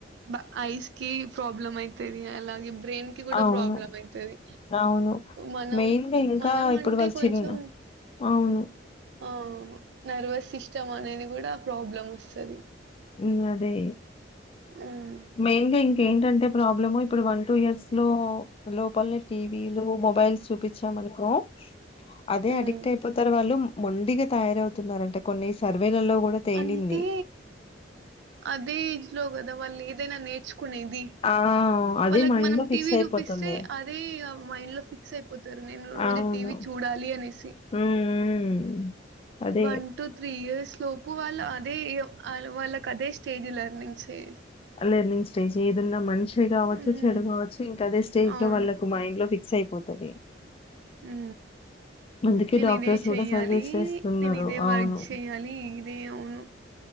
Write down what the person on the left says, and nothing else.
అవును.
అవును.
మెయిన్‌గా ఇంకా
ఇప్పుడు
వాళ్ళు
చిన్న అవును
ఉ అదే
మయిన్గా ఇంక్ ఏంటంటే ప్రాబ్లమ్ ఇప్పుడు వన్ టూ ఇయర్స్ లో లోపలనే టీవీలు మొబైల్స్ చూపించాంనుకో అదే
అడిక్ట్ అయిపోతారు వాళ్ళు మొండిగా తయారవుతున్నారు అంట కొన్ని సర్వేలలో గూడా తేలింది.
ఆ! అదే
మైండ్‌లో
ఫిక్స్
అయిపోతుంది.
అవును.
హ్మ్. హ్మ్. అదే
learning stage ఏదున్నా మంచే కావచ్చు
చెడు కావచ్చు ఇంకా అదే స్టేజ్
లో వాళ్లకు మైండ్ లో ఫిక్స్ అయిపోతాది
అందుకే
డాక్టర్స్
కూడా సజెస్ట్ చేస్తున్నారు.
అవును.